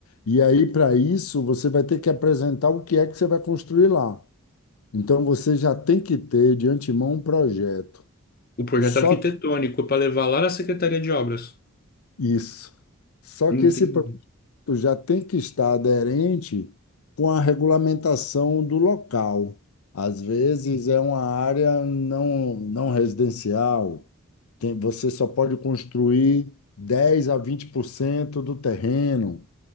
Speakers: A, on the left; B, on the left.
A: E aí, para isso, você vai ter que apresentar o que é que você vai construir lá. Então, você já tem que ter de antemão um projeto.
B: O projeto
A: Só
B: arquitetônico para levar lá na Secretaria de Obras.
A: isso. Só
B: Entendi.
A: que esse projeto já tem que estar aderente com a regulamentação do local. Às vezes, é uma área não, não residencial. Tem, você só pode construir 10 a 20% do terreno.